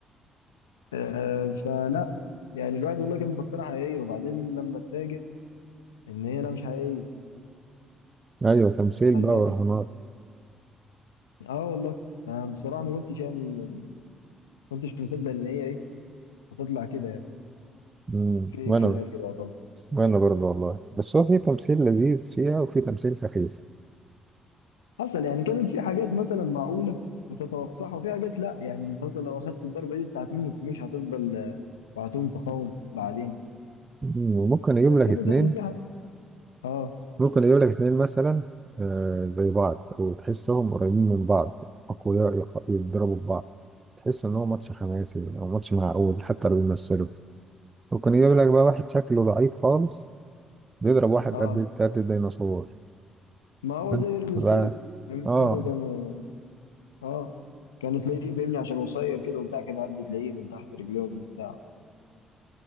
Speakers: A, on the left; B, on the right.
A: آه، فلا يعني الواحد والله كان مفكرها حقيقيه وبعدين لما اتفاجئ ان هي لا مش حقيقيه
B: ايوه تمثيل
A: قال
B: بقى
A: لك
B: ورهانات
A: اه والله فبصراحه ما كنتش يعني ما كنتش مصدق ان هي ايه هتطلع كده يعني
B: مم،
A: فيك
B: وانا
A: في الاخر
B: ب-
A: يعتبر
B: وانا برضه والله بس هو في تمثيل لذيذ فيها وفي تمثيل سخيف
A: حصل يعني كانت في حاجات مثلا معقولة متتوقعة وفي حاجات لا يعني انت اصلا لو اخدت الضربة دي انت هتموت مش هتفضل آه، وهتقوم تقاوم بعدين
B: مم، وممكن اجيب
A: فكانت
B: لك اتنين
A: يعني في حاجة اه
B: ممكن يجيب لك اتنين مثلا آه، زي بعض او تحسهم قريبين من بعض اقوياء يق- يتضربوا في بعض تحس ان هو ماتش حماسي او ماتش معقول حتى لو بيمثلوا ممكن يجيب لك بقى واحد شكله ضعيف خالص بيضرب واحد
A: اه
B: قد قد الديناصور
A: ما هو
B: فانت
A: زي ريمستيريو
B: بقى
A: ريمستيريو
B: اه
A: كانوا اه كانوا تلاقيه فاهمني عشان قصير كده وبتاع كان يعدي تلاقيه من تحت رجليهم وبتاع